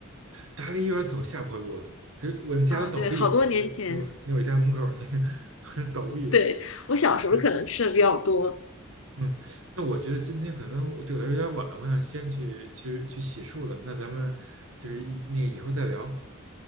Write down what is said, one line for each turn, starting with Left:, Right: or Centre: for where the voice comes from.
Right: 达利有点走下坡路了，是我们家都倒闭了，
Left: 啊、对，好多年前，
Right: 我我那我那我家门口那个 <laughs> 倒闭了，
Left: 对，我小时候可能吃的比较多。
Right: 是，嗯，那我觉得今天可能我对我来说有点晚了，我想先去去去洗漱了，那咱们就是以那个以后再聊。